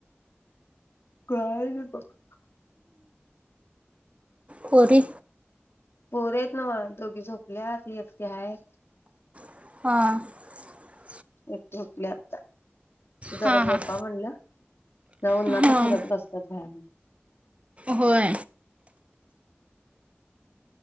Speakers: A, on the left; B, on the right.
A: काय नाय बग
B: पोरी
A: पोरं आहेत नव्ह दोघी झोपल्यात एकटी हाय
B: हंअ्
A: हम झोपल्यात जरा
B: हां
A: झोपा
B: हां
A: म्हणलं नाही उन्हाचं
B: हां
A: फिरत बसत्यात बाहेर हं
B: होय